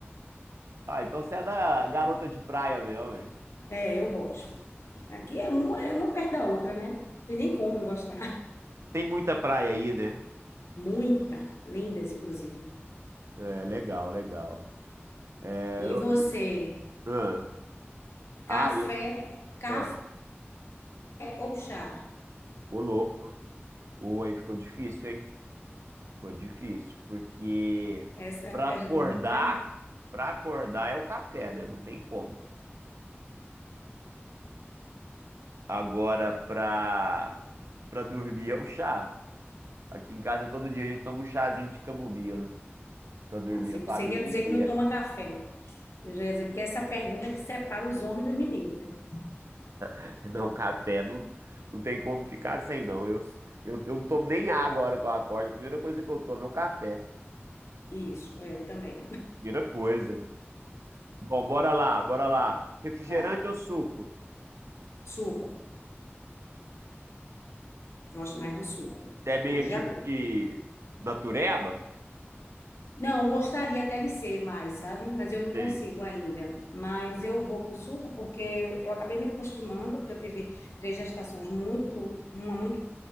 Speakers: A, on the right; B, on the left.
A: Ah, então você é da garota de praia mesmo, hein?
B: É, eu gosto. Aqui é uma, é uma perto da outra, né? Tem nem como não gostar.
A: Tem muita praia aí, né?
B: Muita, lindas, inclusive.
A: É, legal, legal. É,
B: E
A: eu,
B: você,
A: ah,
B: café,
A: ah, eu,
B: café
A: ah,
B: ou chá?
A: ô louco. Pô, aí ficou difícil, hein? Ficou difícil, porque
B: Essa é
A: pra
B: a pergunta
A: acordar, pra acordar é o café, né? Não tem como. Agora pra, pra dormir é o chá. Aqui em casa todo dia a gente toma um chazinho de camomila pra dormir
B: Ah, sim.
A: a família
B: Você ia dizer
A: inteira.
B: que não toma café. Eu já ia dizer, porque é essa pergunta é que separa os homens dos meninos, viu?
A: <laughs> Não, café não, não tem como ficar sem, não. Eu, eu, eu não tomo nem água a hora que eu acordo. A primeira coisa que eu tomo é o café.
B: Isso, é, eu também.
A: Primeira coisa. Bom, bora lá, bora lá. Refrigerante
B: Vai.
A: ou suco?
B: Suco. Gosto mais do suco.
A: Você é meio
B: Hoje
A: tipo
B: já.
A: que natureba?
B: Não, gostaria até de ser mais, sabe? Mas eu não
A: Sei.
B: consigo ainda. Mas eu vou pro suco porque eu acabei me acostumando, porque eu tive três gestações muito, uma muito